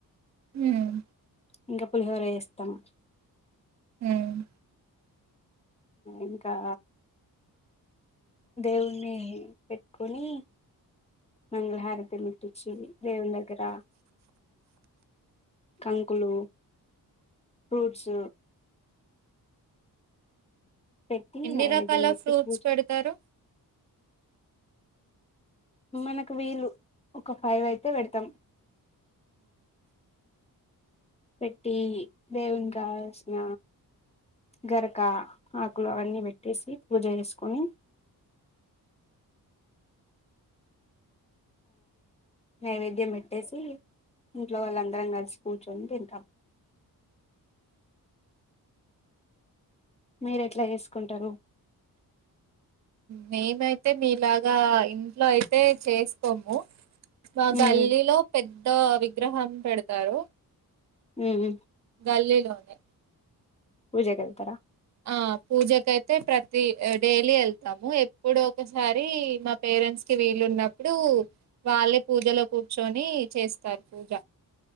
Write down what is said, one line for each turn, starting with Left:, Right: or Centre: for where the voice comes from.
Right: ఉం
Left: ఇంకా పులిహోర చే స్తాము
Right: ఉం
Left: ఇంకా దేవుణి పెట్టుకొని మంగళహారతిమిట్టిచ్చి దేవుని దగ్గర కంకులు ఫ్రూట్స్ పెట్టి
Right: ఎన్ని
Left: నైవేద్యం
Right: రకాల
Left: పెట్టి
Right: ఫ్రూట్స్
Left: పూజ
Right: పెడతారు
Left: మనకు వీలు ఒక ఫైవ్ అయితే పెడతాం పెట్టి వేవుని కావాల్సిన గరక ఆకులు అవన్నీ పెట్టేసి పూజ చేసుకొని నైవేద్యం పెట్టేసి ఇంట్లో వాళ్ళందరం కలిసి కూర్చొని తింటాము మీర ఎట్లా వేసుకుంటారు
Right: మేమైతే మీలాగా ఇంట్లో అయితే చేసుకోము మా
Left: ఉమ్
Right: గల్లీలో పెద్ద విగ్రహం పెడతారు
Left: ఉమ్
Right: గల్లీ లోనే
Left: పూజకి వెళ్తారా
Right: ఆ పూజకైతే ప్రతి డైలీ వెళ్తాము ఎప్పుడ ఒకసారి మా పేరెంట్స్కిి వీలున్నప్పుడు వాళ్ళే పూజలో కూర్చొని చేస్తారు పూజ